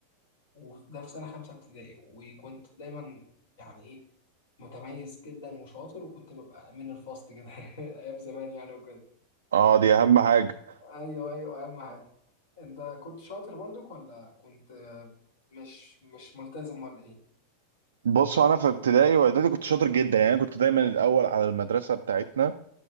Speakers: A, on the left; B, on the right.
A: وده في سنة خمسة ابتدائي وكنت دايما يعني إيه متميز جدا وشاطر وكنت ببقى أمين الفصل كده <laughs> أيام زمان يعني وكده
B: اه دي أهم حاجة
A: أيوه أيوه أهم حاجة أنت كنت شاطر برضك ولا كنت مش مش ملتزم ولا إيه؟
B: بص أنا في ابتدائي وإعدادي كنت شاطر جدا يعني أنا كنت دايما الأول على المدرسة بتاعتنا